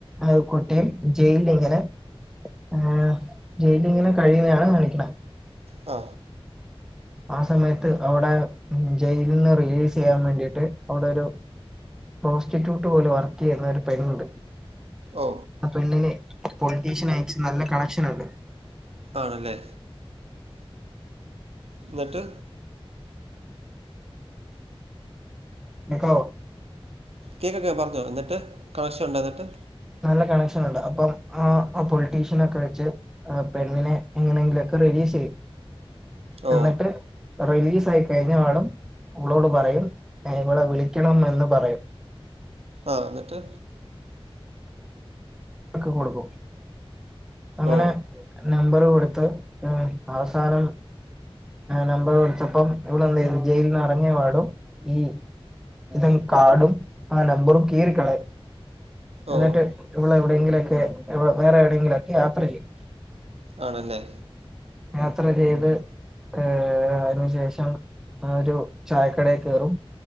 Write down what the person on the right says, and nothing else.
ആ
ഓ
ആണല്ലേ ന്നിട്ട്
കേക്കൊക്കെ പറഞ്ഞോ ന്നിട്ട് കാശുണ്ടോ ന്നിട്ട്
ഓ
ആ എന്നിട്ട്?
ഓ
ഓ
ആണല്ലേ